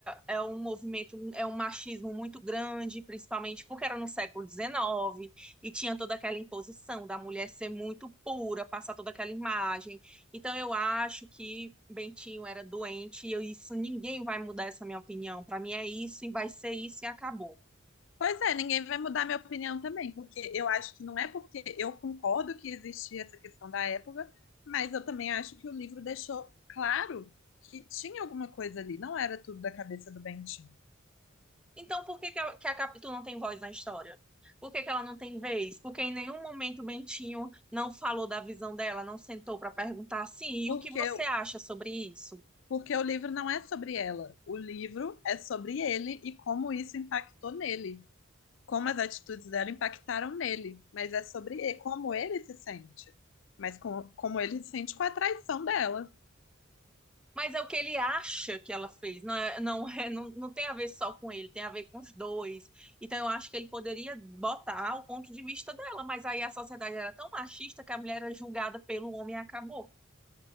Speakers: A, in the centre; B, on the left.
A: é, é um movimento, é um machismo muito grande, principalmente porque era no século XIX e tinha toda aquela imposição da mulher ser muito pura, passar toda aquela imagem. Então eu acho que Bentinho era doente e eu- isso ninguém vai mudar essa minha opinião. Para mim é isso e vai ser isso e acabou.
B: Pois é, ninguém vai mudar minha opinião também, porque eu acho que não é porque eu concordo que existia essa questão da época, mas eu também acho que o livro deixou claro que tinha alguma coisa ali, não era tudo da cabeça do Bentinho.
A: Então, por que que a, que a Capitu não tem voz na história? Por que que ela não tem vez? Porque em nenhum momento o Bentinho não falou da visão dela, não sentou para perguntar assim, e
B: Porque,
A: o que você acha sobre isso?
B: porque o livro não é sobre ela, o livro é sobre ele e como isso impactou nele, como as atitudes dela impactaram nele, mas é sobre e- como ele se sente, mas com, como ele se sente com a traição dela.
A: Mas é o que ele acha que ela fez, não, é, não, <laughs> é, não, não tem a ver só com ele, tem a ver com os dois. Então eu acho que ele poderia botar o ponto de vista dela, mas aí a sociedade era tão machista que a mulher era julgada pelo homem e acabou.